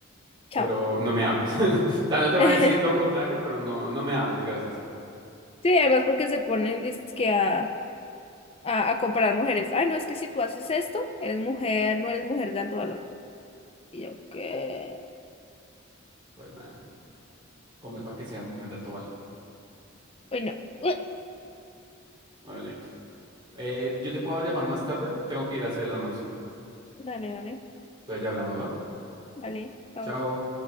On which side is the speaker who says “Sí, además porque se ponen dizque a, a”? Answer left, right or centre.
Left